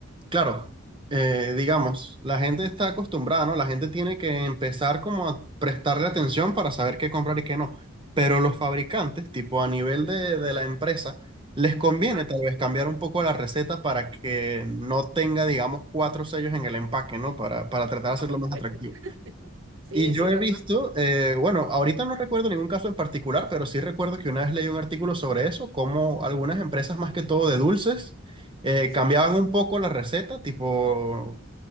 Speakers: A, on the right (about 25°); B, on the right (about 65°).
A: claro, eh, digamos, la gente está acostumbrada, ¿no? La gente tiene que empezar como a prestarle atención para saber qué comprar y qué no. Pero los fabricantes, tipo a nivel de, de la empresa, les conviene
B: Ajá,
A: tal vez cambiar un poco la receta para que no tenga, digamos, cuatro sellos en el empaque, ¿no? Para, para tratar de hacerlo
B: ah, por
A: más
B: supuesto.
A: atractivo.
B: Sí,
A: Y
B: eso
A: yo
B: es
A: he
B: verdad.
A: visto, eh, bueno, ahorita no recuerdo ningún caso en particular, pero sí recuerdo que una vez leí un artículo sobre eso, cómo algunas empresas, más que todo de dulces, eh,
B: Sí,
A: cambiaban un poco la receta, tipo